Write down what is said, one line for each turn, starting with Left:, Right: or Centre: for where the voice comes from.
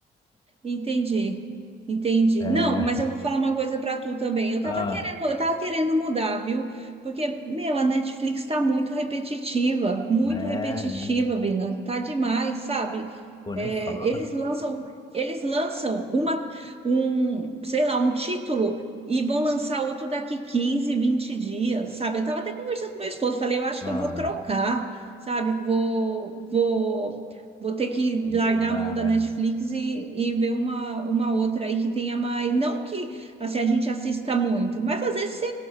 Right: Entendi, entendi.
Left: É.
Right: Não, mas eu vou falar uma coisa pra tu também. Eu
Left: ah,
Right: tava querendo, eu tava querendo mudar, viu? Porque, meu, a Netflix tá muito repetitiva, muito
Left: É,
Right: repetitiva,
Left: né?
Right: Vina. Tá demais, sabe?
Left: pô,
Right: É,
Left: nem fala.
Right: eles lançam, eles lançam uma, um, sei lá, um título e vão lançar outro daqui 15, 20 dias, sabe? Eu tava até conversando com meu esposo, falei, eu acho
Left: Ah,
Right: que eu vou trocar, sabe? Vou, vou vou ter que largar
Left: mudar,
Right: a mão da Netflix
Left: é.
Right: e, e ver uma, uma outra aí que tenha mais. Não que assim, a gente assista muito, mas às vezes você,